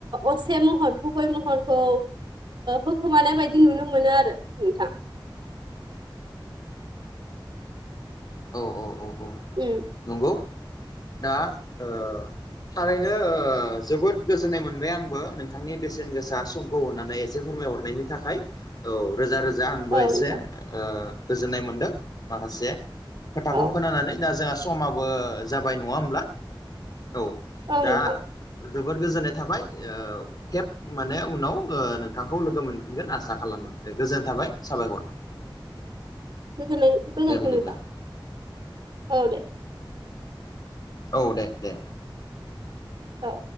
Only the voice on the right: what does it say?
असे महर गुबै महरखौ होखोमानाय बायदि नुनो मोनो आरो नोंथां
उम
औ
नोंथां
औ
औ
नोंथां
गोज- गोजोनाय
थाबाय नोंथां औ दे।
औ।